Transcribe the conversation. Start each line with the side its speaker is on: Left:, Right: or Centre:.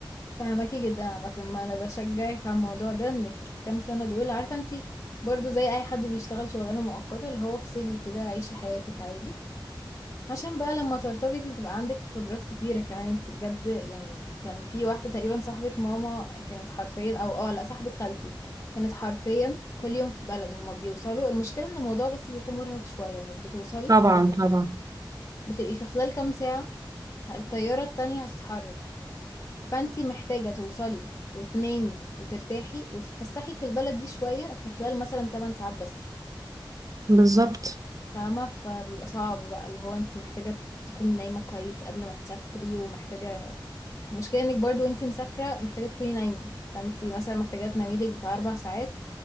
Left: فهماكي جدا عامة ما أنا بشجعك على الموضوع ده إنك كام سنة دول عارفة انتي برضو زي أي حد بيشتغل شغلانة مؤقتة اللي هو افصلي كده عيشي حياتك عادي عشان بقى لما ترتبطي تبقى عندك خبرات كتيرة كمان انت بجد يعني كان في واحدة تقريبا صاحبة ماما كانت حرفيا او اه لا صاحبة خالتي كانت حرفيا كل يوم في بلد هما بيوصلوا المشكلة ان الموضوع بس بيكون مرهق شوية انك بتوصلي
Right: طبعا طبعا
Left: بتبقي في خلال كام ساعة الطيارة التانية هتتحرك فانت محتاجة توصلي وتنامي وترتاحي وتتفسحي في البلد دي شوية في خلال مثلا 8 ساعات بس
Right: بالظبط
Left: فاهمة فبيبقى صعب بقى اللي هو انت محتاجة تكوني نايمة كويس قبل ما تسافري ومحتاجة المشكلة انك برضو وانتي مسافرة محتاجة تكوني نايمة فانتي مثلا محتاجة تناميلك بتاع أربع ساعات